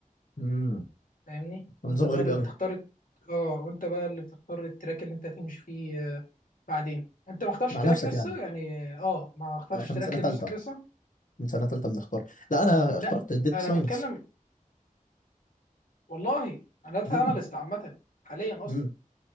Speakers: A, on the left; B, on the left.
A: امم
B: فاهمني وانت
A: نظام
B: بقى
A: غريب
B: اللي
A: قوي
B: بتختار اه وانت بقى اللي بتختار التراك اللي انت هتمشي فيه آه، بعدين انت ما اخترتش
A: مع
B: تراك
A: نفسك
B: لسه
A: يعني
B: يعني اه ما اخترتش
A: احنا
B: تراك
A: من سنه ثالثه
B: لنفسك لسه
A: من سنه ثالثه بنختار لا انا
B: اه لا
A: اخترت الداتا
B: انا
A: ساينس
B: بتكلم والله انا داتا
A: امم
B: اناليست عامه حاليا اصلا
A: امم